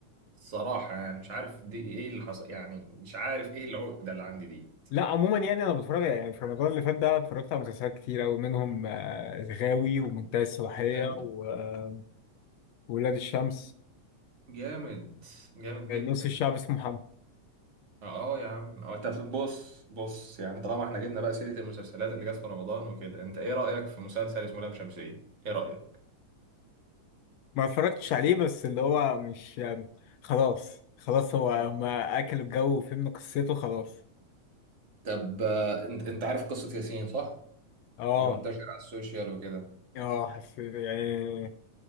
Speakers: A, on the right; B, on the left.
A: صراحه يعني مش عارف دي ايه اللي حصل يعني مش عارف ايه العقده اللي عندي دي
B: لا عموما يعني انا بتفرج يعني في رمضان اللي فات ده اتفرجت على مسلسلات كتير قوي منهم آه، الغاوي ومنتهى الصلاحيه
A: جامد
B: و- آه، وولاد الشمس
A: جامد جامد جدا
B: نص الشعب اسمه محمد
A: اه يا عم اه طب بص بص يعني طالما احنا جبنا بقى سيرة المسلسلات اللي جت في رمضان وكده انت ايه رأيك في مسلسل اسمه لام شمسية؟ ايه رأيك؟
B: ما اتفرجتش عليه بس اللي هو مش آه، خلاص خلاص هو هما اكلوا الجو وفهمنا قصته خلاص
A: طب آه، انت انت عارف قصة ياسين صح؟
B: اه
A: هي منتشرة على السوشيال وكده
B: اه حسيت يعني